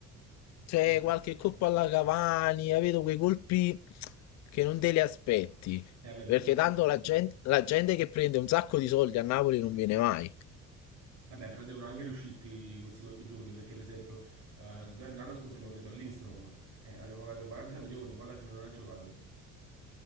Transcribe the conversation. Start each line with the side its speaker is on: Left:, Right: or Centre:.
Left: C'è
Right: E, e
Left: qualche colpo alla Cavani, capito? Quei colpi che non te li aspetti.
Right: vabbè, però
Left: Perché
Right: devono-
Left: tanto la gente, la gente che prende un sacco di soldi a Napoli non viene mai,
Right: Vabbè, però devono anche riuscirti questi colpi giovani, perché per esempio eh, due- l'anno scorso abbiamo preso Lindstrom, eh, l'abbiamo pagato 40 milioni, poi alla fine non ha giocato,